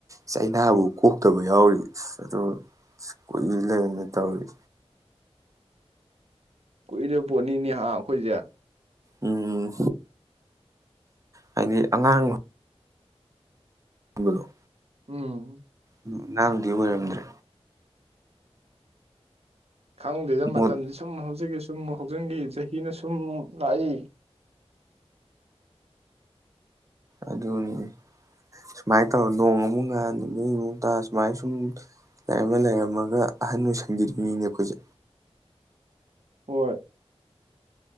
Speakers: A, on the right (about 30°); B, on the right (about 70°).
A: ꯆꯩꯅꯥꯕꯨ ꯀꯣꯛꯇꯕ ꯌꯥꯎꯔꯤ ꯑꯗꯣ ꯀꯨꯏ ꯂꯩꯔꯅ ꯇꯧꯔꯤ
B: ꯀꯨꯏꯔꯤꯕ ꯄꯣꯠꯅꯤꯅꯦ ꯑꯩꯈꯣꯏꯁꯦ
A: ꯎꯝ ꯎꯝ ꯍꯥꯏꯗꯤ ꯑꯉꯥꯡ ꯎꯣꯡꯒꯗꯣ
B: ꯎꯝ
A: ꯎꯝ ꯅꯥꯡꯗꯤ ꯑꯣꯏꯔꯝꯗ꯭ꯔꯦ
B: ꯈꯪꯗꯦꯗ
A: ꯃꯣꯠ
B: ꯃꯇꯝꯁ ꯁꯨꯝ ꯍꯧꯖꯟꯒꯤ ꯁꯨꯝ ꯁꯨꯝ ꯍꯧꯖꯤꯪꯒꯤ ꯆꯍꯤꯅ ꯁꯨꯝ ꯂꯥꯛꯏ
A: ꯑꯗꯨꯅꯤ ꯁꯨꯃꯥꯏꯅ ꯇꯧꯔ ꯅꯣꯡ ꯑꯃꯨꯛ ꯉ ꯅꯨꯅꯤꯃꯨꯛꯇꯥ ꯁꯨꯃꯥꯏ ꯁꯨꯝ ꯂꯩꯔꯝꯃ ꯂꯩꯔꯝꯃꯒ ꯑꯍꯟ ꯑꯣꯏ ꯁꯪꯕꯤꯔꯤꯉꯤꯅꯦ ꯑꯩꯈꯣꯏꯁꯦ
B: ꯍꯣꯏ